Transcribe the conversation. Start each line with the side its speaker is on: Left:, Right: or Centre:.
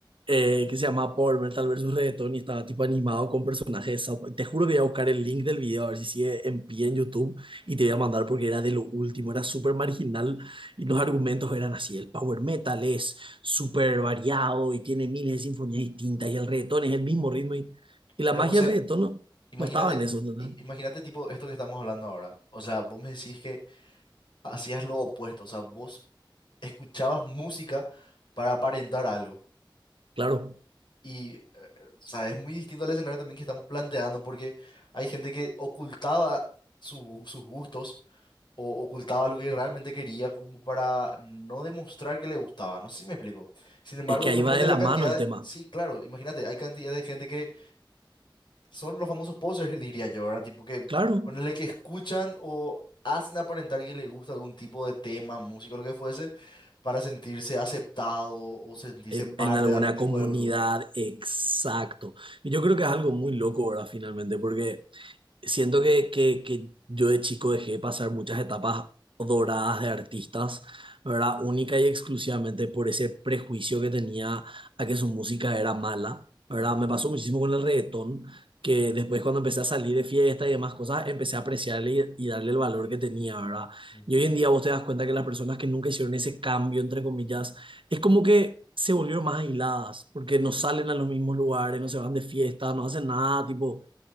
Right: eh, que se llama Power Metal versus Reggaeton y estaba tipo animado con personajes de South Park. Te juro que voy a buscar el link del video a ver si sigue en pie en YouTube y te voy a mandar porque era de lo último, era súper marginal y los argumentos eran así, el Power Metal es súper variado y tiene miles de sinfonías distintas y el reggaetón es el mismo ritmo y, y la
Left: Pero
Right: magia
Left: José,
Right: del reggaetón no,
Left: imagínate,
Right: no estaba en eso, ¿no?
Left: im- imagínate tipo esto que estamos hablando ahora, o sea, vos me decís que hacías lo opuesto, o sea, vos escuchabas música para aparentar algo.
Right: Claro,
Left: Y, eh, eh, o sea, es muy distinto al escenario también que estamos planteando, porque hay gente que ocultaba su- sus gustos o ocultaba lo que realmente quería como para no demostrar que le gustaba. No sé si me explico. Sin embargo,
Right: es que
Left: imagínate
Right: ahí va de la
Left: la cantidad,
Right: mano el tema,
Left: sí, claro, imagínate, hay cantidad de gente que son los famosos posers, <laughs> diría yo, ¿verdad? Tipo que
Right: claro.
Left: ponerle que escuchan o hacen aparentar que le gusta algún tipo de tema, música, lo que fuese, para sentirse aceptado o sentirse
Right: En
Left: parte
Right: en alguna
Left: de algún tipo
Right: comunidad,
Left: de grupo.
Right: exacto. Y yo creo que es algo muy loco, ¿verdad? Finalmente, porque siento que, que, que yo de chico dejé pasar muchas etapas doradas de artistas, ¿verdad? Única y exclusivamente por ese prejuicio que tenía a que su música era mala, ¿verdad?
Left: Ujú,
Right: Me pasó muchísimo con el reggaetón, que después cuando empecé a salir de fiesta y demás cosas, empecé a apreciarle y, y darle el valor que tenía, ¿verdad?
Left: ujú.
Right: Y hoy en día vos te das cuenta que las personas que nunca hicieron ese cambio, entre comillas, es como que se volvieron más aisladas, porque no salen a los mismos lugares, no se van de fiesta, no hacen nada, tipo